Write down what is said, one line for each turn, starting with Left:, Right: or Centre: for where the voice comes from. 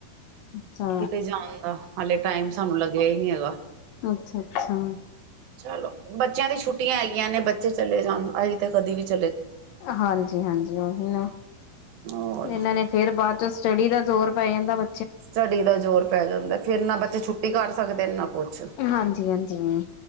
Left: ਅੱਛਾ
Right: ਕਿਤੇ ਜਾਣ ਦਾ, ਹਾਲੇ ਟਾਈਮ ਸਾਨੂੰ ਲੱਗਿਆ ਈ ਨੀ ਹੈਗਾ।
Left: ਅੱਛਾ ਅੱਛਾ।
Right: ਚਲੋ, ਬੱਚਿਆਂ ਦੀ ਛੁੱਟੀਆਂ ਹੈਗੀਆਂ ਨੇ, ਬੱਚੇ ਚਲੇ ਜਾਣ ਅਹੀ ਤੇ ਕਦੀ ਵੀ ਚ
Left: ਹਾਂਜੀ ਹਾਂਜੀ ਉਹੀ ਨਾ।
Right: ਹੋਰ
Left: ਇਹਨਾਂ ਨੇ ਫੇਰ ਬਾਅ ਚੋ ਸ ਸਟਡੀ ਦਾ ਜ਼ੋਰ ਪੈ ਜਾਂਦਾ ਵਾ।
Right: ਸਟੱਡੀ ਦਾ ਜ਼ੋਰ ਪੈ ਜਾਂਦਾ ਫਿਰ ਨਾ ਬੱਚੇ ਛੁੱਟੀ ਕਰ ਸਕਦੇ ਨਾ ਕੁਛ
Left: ਹਾਂਜੀ ਹਾਂਜੀ।